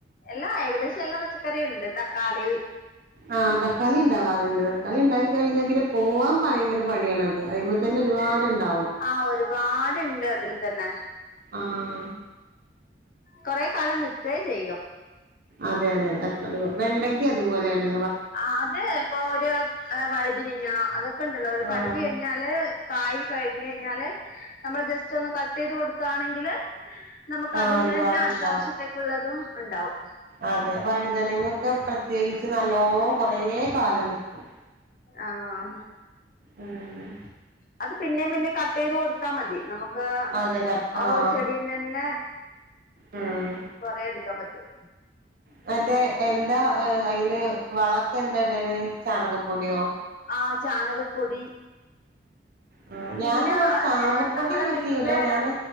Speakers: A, on the left; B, on the right.
A: എല്ലാ ഏകദേശം എല്ലാ പച്ചക്കറികളുംണ്ട് തക്കാളി
B: ആഹ് തക്കളിണ്ടാവാറുണ്ട് അത്ണ്ടായി കഴിഞ്ഞാ പിന്നെ പോവാൻ ഭയങ്കര പണിയാണത് അയിമെതന്നെ ഒരുപാട്ണ്ടാവും
A: ആഹ് ഒരുപാട്ണ്ട് അതിൽ തന്നെ
B: ആഹ്
A: കൊറെ കാലം നിക്കേംചെയ്യും
B: അതെ അതെ തക്കാളി വെണ്ടക്കിം അതുപോലെന്നെ
A: ആ അത് പ്പൊ ഒരു വഴുതിനിങ്ങ അതൊക്കെണ്ടല്ലോ ഒരു
B: ആഹ്
A: പരിധി കഴിഞ്ഞ ഞ്ഞാല് കായ് കഴിഞ്ഞയിഞ്ഞാല് നമ്മള് ജസ്റ്റ് ഒന്ന് കട്ടെയ്ത് കൊടുക്കാണെങ്കില് നമുക്ക്
B: ആഹ്
A: അതിൽന്നന്നെ
B: ഒരുപാടുണ്ടാവും
A: അട്ത്ത വർഷത്തേക്കുള്ളതും ഒണ്ടാവും
B: അതെ വഴുതനങ്ങൊക്കെ പ്രത്യേകിച്ച് നല്ലോ കൊറേ കാലം നിക്കും
A: ആഹ്
B: ഉം
A: അത് പിന്നേും പിന്നേ കട്ടയ്ത് കൊടുത്താ മതി നമുക്ക്
B: അതെ ക
A: ആ
B: ആഹ്
A: ഒരു ചെടിന്ന്ന്നെ
B: ഉം
A: കൊറെ എടുക്കാൻ പറ്റും
B: മറ്റേ എന്താ അയിൽ വളൊക്കെന്താ ഇടൽ ചാണകപ്പൊടിയോ
A: ആഹ് ചാണകപ്പൊടി
B: ആഹ്
A: പിന്ന
B: ഞാനിവിടെ ചാണകപ്പൊടി
A: എ നമ്മളെ
B: യൂസ്
A: വീട്ട്ല്
B: ചെയ്യൂല ഞാന്